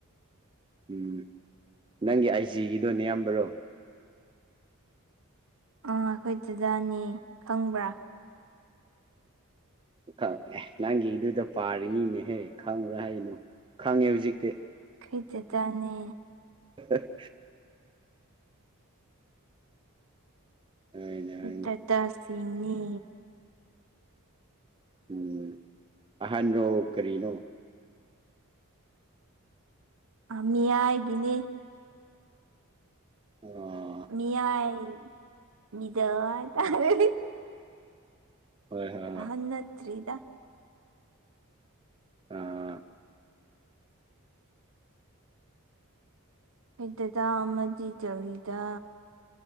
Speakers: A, on the right; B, on the right.
A: ꯎꯝ ꯅꯪꯒꯤ ꯑꯥꯏꯖꯤꯒꯤꯗꯣ ꯅꯌꯥꯝꯕꯔꯣ
B: ꯑꯥ ꯑꯩꯈꯣꯏꯗꯥꯗꯥꯅꯦ ꯈꯪꯕ꯭ꯔꯥ
A: ꯑꯦ ꯅꯪꯒꯤꯗꯨꯗ ꯄꯥꯔꯤꯅꯤꯅꯦꯍꯦ ꯈꯪꯕ꯭ꯔꯥ ꯍꯥꯏꯅꯣ ꯈꯪꯉꯦ ꯍꯧꯖꯤꯛꯇꯤ
B: ꯑꯩꯈꯣꯢ ꯗꯥꯗꯥ ꯅꯦ
A: ꯑ <inaudible> ꯍꯣꯏꯅꯦ ꯍꯣꯏꯅꯦ
B: ꯗꯥꯗꯥ ꯁꯤꯡꯅꯦ
A: ꯎꯝ ꯑꯍꯥꯟꯔꯣ ꯀꯔꯤꯅꯣ
B: ꯃꯤꯌꯥꯏꯒꯤꯅꯤ
A: ꯑꯣ
B: ꯃꯤꯌꯥꯥꯏ ꯃꯤꯗꯥꯜ ꯍꯥꯢꯇꯥꯥꯔꯦ
A: ꯍꯣꯏ ꯍꯣꯏ ꯍꯣꯏ
B: ꯑꯍꯥꯜ ꯅꯠꯇꯔꯤꯗ
A: ꯑꯥ
B: ꯗꯥꯗꯥ ꯑꯃꯗꯤ ꯗꯦꯜꯍꯤꯗ